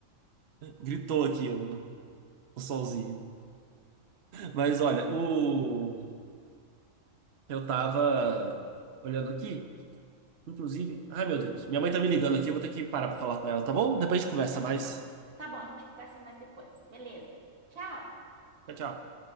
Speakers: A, on the right; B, on the right.
A: Gritou aqui o, o sonzinho. Mas olha, o eu tava olhando aqui, inclusive. Ai, meu Deus, minha mãe tá me ligando aqui, eu vou ter que parar pra falar com ela, tá bom? Depois a gente conversa
B: tá bom.
A: mais.
B: Tá bom, a gente conversa mais depois. Beleza. Tchau!
A: Tchau, tchau.